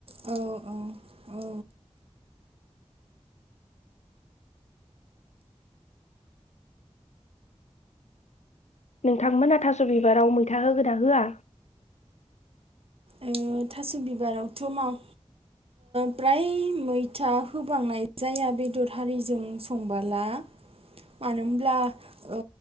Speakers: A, on the right; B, on the left.
A: औ औ औ।
B: नोंथांमोना थास बिबाराव मैथा होगोना होआ?
A: ओ थास बिबारावथ मा ओ फ्राय मैथा होबांनाय जाया, बेदर हारिजों संबोला मानो हब्ला? ओ